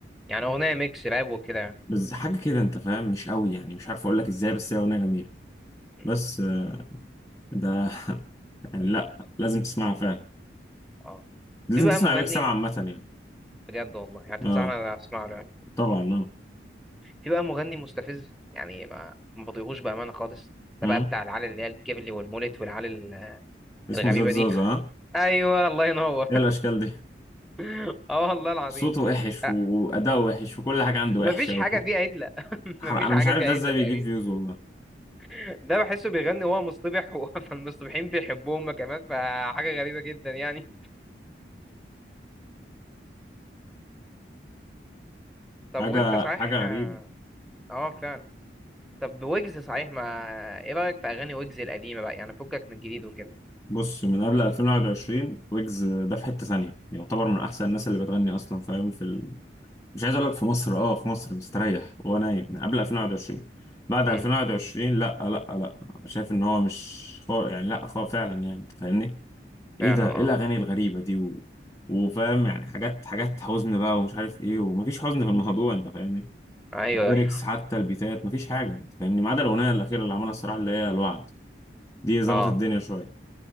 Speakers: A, in the centre; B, on the left (about 15°).
A: يعني أغنية ميكس راب وكده يعني
B: بس حاجة كده أنت فاهم مش أوي يعني مش عارف أقول لك إزاي بس هي أغنية جميلة
A: مم.
B: بس آه، ده <laughs> يعني لأ لازم تسمعها فعلا
A: أه
B: لازم
A: في بقى
B: تسمع
A: مغني
B: بيك سمع عامة يعني
A: بجد والله يعني تنصحني
B: أه
A: انا اسمع له يعني.
B: طبعا أه
A: في بقى مغني مستفز يعني ما ما بطيقوش بامانه خالص ده
B: مم.
A: بقى بتاع العلى اللي هي الكيبلي والمولت والعلى ال-
B: اسمه
A: الغريبه
B: زاد زازا
A: دي
B: أه
A: <laughs> ايوه الله ينور
B: إيه الأشكال دي
A: <laughs> اه والله العظيم
B: صوته وحش
A: أه،
B: وأداؤه وحش وكل حاجة عنده وحشة
A: مفيش حاجه
B: و... <laughs>
A: فيها عدله <laughs>
B: حر-
A: مفيش
B: أنا
A: حاجه
B: مش عارف
A: فيها عدله
B: ده إزاي بيجيب
A: تقريبا
B: فيوز والله
A: <laughs> ده بحسه بيغني وهو مصطبح و- <laughs> فالمصطبحين بيحبوه هما كمان فحاجه غريبه جدا يعني طب
B: حاجة
A: وانت صحيح
B: حاجة
A: اه
B: غريبة
A: آه، فعلا طب ويجز صحيح ما ايه رايك في اغاني ويجز القديمه بقى يعني فكك من الجديد وكده
B: بص من قبل 2021 ويجز ده في حتة ثانية يعتبر من أحسن الناس اللي بتغني أصلا فاهم في ال... مش عايز أقول لك في مصر أه في مصر مستريح وهو نايم من قبل 2021 بعد
A: امم
B: 2021 لأ لأ لأ شايف إن هو مش خو... يعني لأ خو فعلا يعني أنت فاهمني إيه
A: فعلا
B: ده إيه
A: اه
B: الأغاني الغريبة دي و... وفاهم يعني حاجات حاجات حزن بقى ومش عارف إيه ومفيش حزن في الموضوع أنت فاهمني
A: ايوه
B: ليركس
A: ايوه
B: حتى البيتات مفيش حاجه انت فاهمني ما عدا الاغنيه الاخيره اللي عملها الصراحه اللي هي الوعد دي ظبطت
A: اه
B: الدنيا شويه